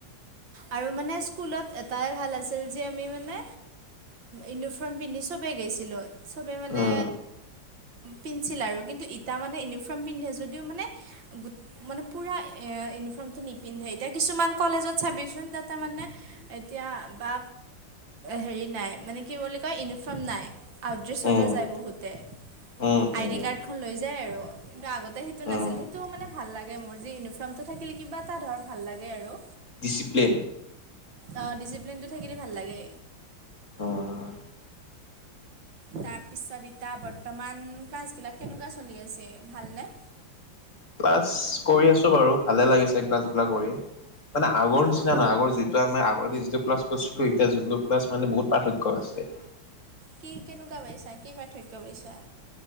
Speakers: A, on the right; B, on the left.
A: আৰু মানে স্কুলত এটাই ভাল আছিল যে আমি মানে ইউনিফৰ্ম পিন্ধি চবেই গেইছিলোঁ। চবেই মানে
B: উম
A: পিঞ্চিল আৰু কিন্তু ইটা মানে ইউনিফৰ্ম পিন্ধে যদিও মানে গো মানে পুৰা এ ইউনিফৰ্মতটো নিপিন্ধে। এতিয়া কিছুমান কলেজত চাবিচোন তাতে মানে এতিয়া বা হেৰি নাই মানে কি বুলি কয় ইউনিফৰ্ম নাই। আউড্ৰেছতে
B: উম
A: যায় বহুতে,
B: উম
A: আই
B: উম
A: ডি কাৰ্ডখন লৈ যায় আৰু। কিন্তু আগতে সেইটো
B: উম
A: নাছিল সেইটো মানে ভাল লাগে মোৰ যি ইউনিফৰ্মটো থাকিল কিবা এটা ধৰ ভাল লাগে। লগে আৰু।
B: ডিচিপ্লিন,
A: অ, ডিচিপ্লেন টো থাকিলে ভাল লাগে।
B: উম
A: তাৰপিছত এতিয়া বৰ্তমান ক্লাছগিলাক কেনেকুৱা চলি আছে, ভালনে?
B: ক্লাছ কৰি আছো বাৰু ভালে লাগিছে ক্লাছবিলাক কৰি মানে আগৰ
A: অঁ
B: নিচিনা নাই, আগৰ যি ত মই আগতে যিটো ক্লাছ কৰিছিলো এতিয়া যোনটো ক্লাল মানে বহুত পাৰ্থক্য আছে।
A: কি কেনেকুৱা পাইছা কি পাৰ্থক্য পাইছা?